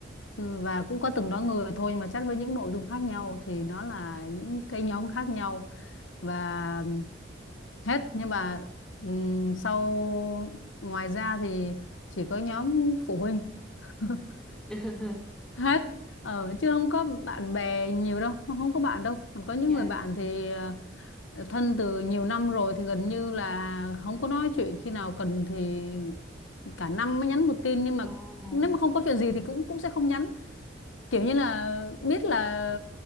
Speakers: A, on the left (about 85°); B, in the centre.
A: ừ, và cũng có từng đó người thôi nhưng mà chat với những nội dung khác nhau thì nó là những cái nhóm khác nhau và hết nhưng mà ừm, sau ngoài ra thì chỉ có nhóm phụ huynh <laughs>
B: <laughs>
A: hết ờ, chứ không có bạn bè nhiều đâu không có bạn đâu còn có những
B: dạ
A: người bạn thì ờ, thân từ nhiều năm rồi thì gần như là không có nói chuyện khi nào cần thì cả năm mới nhắn một tin nhưng mà
B: oh
A: nếu mà không có chuyện gì thì cũng cũng sẽ không nhắn kiểu như là biết là